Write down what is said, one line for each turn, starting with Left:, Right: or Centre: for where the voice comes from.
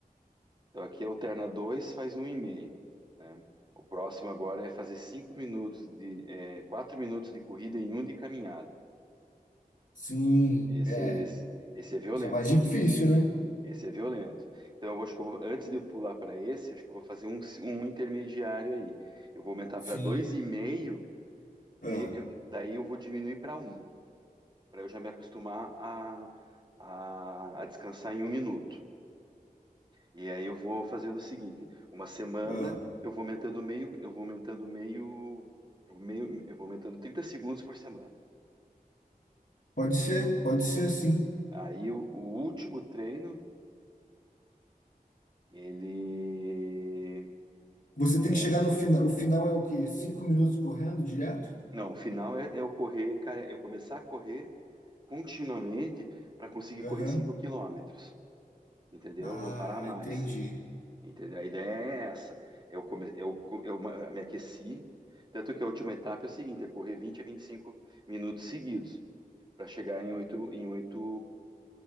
Right: Então aqui alterna 2 faz um 1,5, né? O próximo agora é fazer 5 minutos de, é, 4 minutos de corrida e um de caminhada.
Left: sim,
Right: Esse,
Left: é.
Right: esse, esse é violento.
Left: Já é mais difícil, né?
Right: Esse é violento. Então eu vou- acho que eu vou, antes de eu pular para esse, acho que eu vou fazer um, um intermediário aí. Eu vou aumentar
Left: Sim.
Right: para 2,5, de,
Left: Ah,
Right: eu- daí eu vou diminuir para um para eu já me acostumar a, a, a descansar em um minuto. E aí eu vou fazendo o seguinte, uma semana
Left: ah.
Right: eu vou aumentando meio, eu vou aumentando meio, meio, eu vou aumentando 30 segundos por semana.
Left: Pode ser, pode ser sim.
Right: Aí o, o último treino, ele
Left: Você
Right: é,
Left: tem que chegar no final. O final é o quê? Cinco minutos correndo direto?
Right: não, o final é, é eu correr, cara, é eu começar a correr continuamente para conseguir correr
Left: Aham.
Right: 5 quilômetros, entendeu?
Left: Ah,
Right: Não parar mais,
Left: entendi.
Right: entendeu? A ideia é essa. é Eu come, eu, co- eu ma- me aqueci, tanto que a última etapa é o seguinte, é correr vinte a vinte e cinco minutos seguidos. para chegar em oito em oito